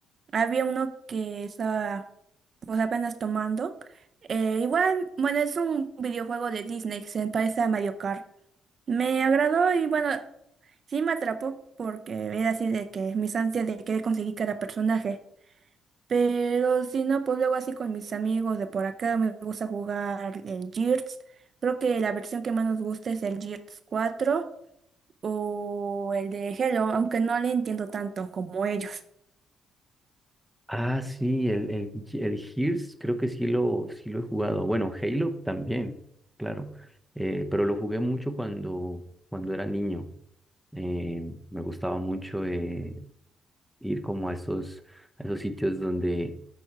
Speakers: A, on the right; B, in the centre.
A: Había uno que estaba pues apenas tomando. Eh, igual, bueno, es un videojuego de Disney que se parece a Mario Kart. Me agradó y bueno, sí me atrapó porque era así de que mis ansias de querer conseguir cada personaje. Pero si no, pues luego así con mis amigos de por acá me gusta jugar el Gears. Creo que la versión que más nos gusta es el Gears cuatro o el de Hello, aunque no le entiendo tanto como ellos.
B: Ah, sí, el, el, el Gears creo que sí lo, sí lo he jugado. Bueno, Halo también, claro. Eh, pero lo jugué mucho cuando, cuando era niño. Eh, me gustaba mucho eh, ir como a esos, a esos sitios donde